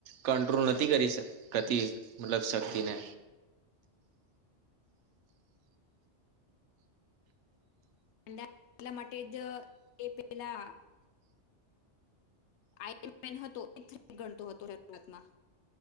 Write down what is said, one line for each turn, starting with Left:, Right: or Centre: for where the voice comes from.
Right: કંટ્રોલ નથી કરી શકતી મતલબ શક્તિને,
Left: અંદરથી માટે જ પેલા આઈન એ ગણતો હતો શરૂઆતમાં.